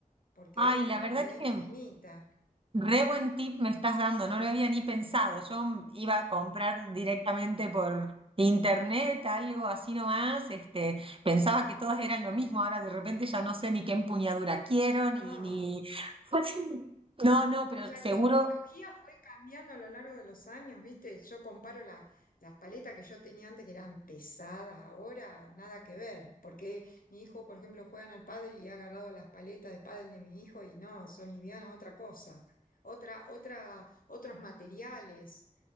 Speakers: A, on the left; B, on the right.
A: porque
B: Ay,
A: hay una
B: la
A: variedad
B: verdad
A: infinita.
B: que Re buen tip me estás dando, no lo había ni pensado. Yo iba a comprar directamente por internet, algo así nomás. Este, pensaba que todas eran
A: Claro.
B: lo mismo, ahora de repente ya no sé ni qué empuñadura quiero,
A: No.
B: ni, ni... <laughs> No, no, pero
A: Y la
B: seguro,
A: tecnología fue cambiando a lo largo de los años, ¿viste? Yo comparo la- las paletas que yo tenía antes que eran pesadas, ahora nada que ver, porque mi hijo, por ejemplo, juega al pádel y ha agarrado las paletas de pádel de mi hijo y no, son livianas, otra cosa, otra, otra, otros materiales,